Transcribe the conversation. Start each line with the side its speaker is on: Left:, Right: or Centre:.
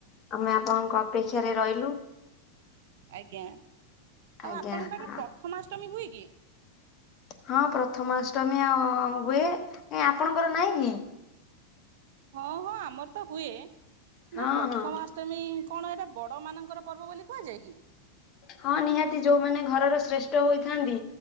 Left: ଆମେ ଆପଣଙ୍କ ଅପେକ୍ଷାରେ ରହିଲୁ।
Right: ଆଜ୍ଞା ଆଉ
Left: ଆଜ୍ଞା
Right: ଆପଣଙ୍କ ଆଡେ ପ୍ରଥମାଷ୍ଟମୀ ହୁଏ କି?
Left: ହଁ ପ୍ରଥମାଷ୍ଟମୀ ହୁଏ ଆପଣଙ୍କର ନାଇଁ କି?
Right: ହଁ ହଁ ଆମର ତ ହୁଏ।
Left: ହଁ
Right: ନା ପ୍ରଥମା
Left: ହଁ
Right: ଷ୍ଟମି କଣ ଏଇଟା ବଡ଼ମାନଙ୍କର ପର୍ବ ବୋଲି କୁହାଯାଏ କି?
Left: ହଁ ନିହାତି ଯୋଉମାନେ ଘରର ଶ୍ରେଷ୍ଠ ହୋଇଥାନ୍ତି